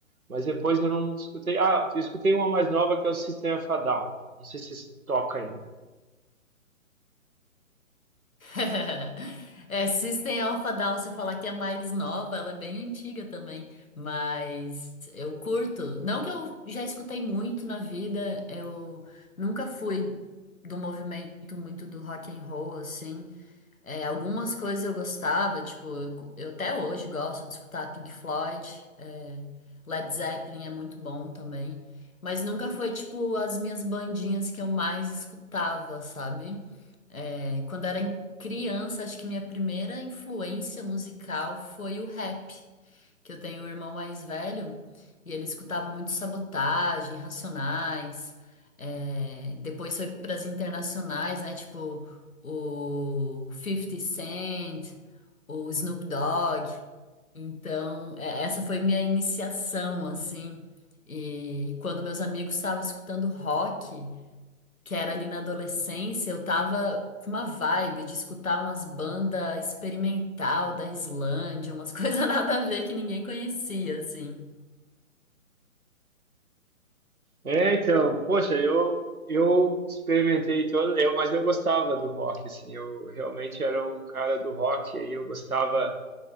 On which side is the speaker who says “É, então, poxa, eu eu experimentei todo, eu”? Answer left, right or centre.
Right